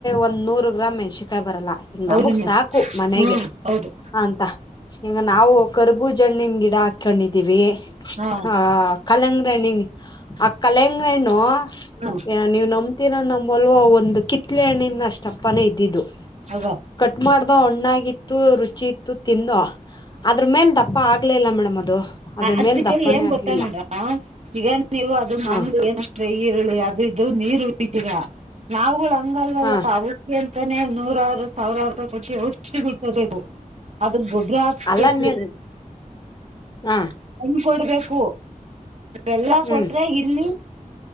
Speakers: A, on the left; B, on the right.
A: ಒಂದ್ ನೂರು ಗ್ರಾಮ್ ಮೆಣ್ಸಿಕಾಯಿ ಬರಲ್ಲ. ನಮಗ್
B: ಹೌದು ಮೇಡಮ್
A: ಸಾಕು ಮನೆಗೆ
B: ಹ್ಮ್ ಹೌದು
A: ಅಂತ ಹಂಗ ನಾವು ಕರ್ಬೂಜಿ ಜಣ್ಣಿನ ಗಿಡ ಹಾಕೊಂಡಿದೀವಿ.
B: ಹಾ
A: ಕಾಕ್. ಕಲಂಗ್ರಿ ಹಣ್ಣಿನ್ ಅ ಕಲಂಗ್ರಿ ಹಣ್ಣು.
B: ಹ್ಮ್
A: ಏ ನೀವ್ ನಂಬ್ತೀರೊ ನಂಬಲ್ವೋ ಅವತ್ ಒಂದು ಕಿತ್ಲೆಹಣ್ಣಿನ ಅಷ್ಟ್ ದಪ್ಪನೇ ಇದ್ದಿದ್ದು.
B: ಆಗ
A: ಕಟ್ ಮಾಡ್ದ್ ತುಂಬ ಹಣ್ಣಾಗಿತ್ತು ರುಚಿ ಇತ್ತು ತಿಂದ್ವೋ. ಅದ್ರು ಮೇಲ್ ದಪ್ ಪ ಆಗ್ಲೇ ಇಲ್ಲ ಮೇಡಮ್ ಅದು. ಅದ್ರ
B: ಅದ್
A: ಮೇಲ್
B: ಕೇಳಿ
A: ದಪ್ಪನೇ
B: ಏನ್
A: ಆಗ್ಲಿಲ್ಲ
B: ಗೊತ್ತ ಮೇಡಮ್ ಈಗ ನೀವು ಅದ್ ಅದು ಮನ್
A: ಹ
B: ಏನ್ ಅಂದ್ರೆ. ಈರುಳ್ಳಿ ಅದು ಇದು ನೀರ್ ಉಯ್ತೀರ ನಾವ್ಗುಳು ಹಂಗ್ ನಿಂಗಲ್ವಲ್ಲ
A: ಹ
B: ಅವುಕೆನ್. ನೆ ನೂರಾರು ಸಾವ್ರಾರ್ ರೂಪಾಯ್ ಕೊಟ್ಟಿ ಔಷಧಿ ಬಿಡಿಸ್ಕೋಬೇಕು ಅದುಕ್ ಗೊಬ್ಬರ ಹಾಕುಸ್ಬೇಕು.
A: ಅಲ್ಲ ನೀ ಹ
B: ಹಣ್ಣ್ ಕೊಡ್ಬೇಕು. ಎಲ್ಲಾ
A: ಹ್ಮ್
B: ಕೊಟ್ರೆ ಇಲ್ಲಿ